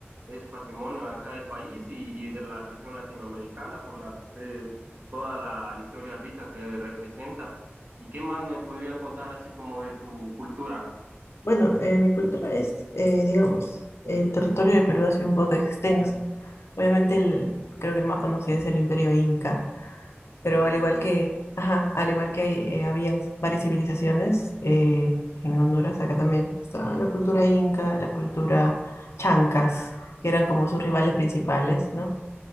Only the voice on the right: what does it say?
es patrimonio de acá del país y, y de la región latinoamericana por la, eh, toda la historia rica que representa. ¿Y qué más me podrías contar así como de tu cultura?
Ujú,
Los incas.